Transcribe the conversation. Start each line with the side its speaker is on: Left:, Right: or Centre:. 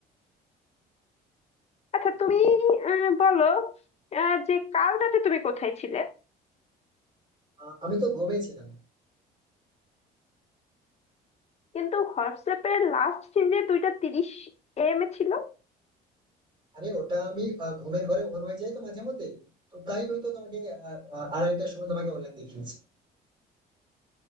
Left: আচ্ছা তুমি আহ, বলো আহ, যে কাল রাতে তুমি কোথায় ছিলে
Right: আহ, আমি তো ঘুমিয়েছিলাম
Left: কিন্তু হোয়াটসঅ্যাপের লাস্ট সিন যে দুইটা তিরিশ এম এ ছিল
Right: আরে ওটা আমি আহ, ঘুমের ঘরে অন হয়ে যাই তো মাঝে মধ্যে তো তাই হয়তো তোমাকে আহ, আহ, আড়াইটার সময় তোমাকে অনলাইন দিয়ে ফেলেছি